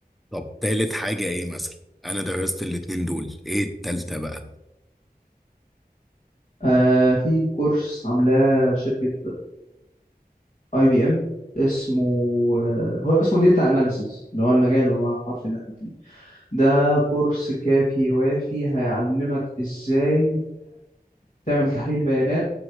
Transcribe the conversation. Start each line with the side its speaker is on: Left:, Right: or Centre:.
Centre: طب تالت حاجة ايه مثلا انا درست الاتنين دول ايه التالتة بقى
Left: آه، في كورس عاملاه شركة أي بي إم اسمه آه، هو اسمه Data Analysis اللي هو المجال والعنوان الحرفي اللي احنا فيه ده كورس كافي وافي هيعلمك ازاي تعمل تحليل بيانات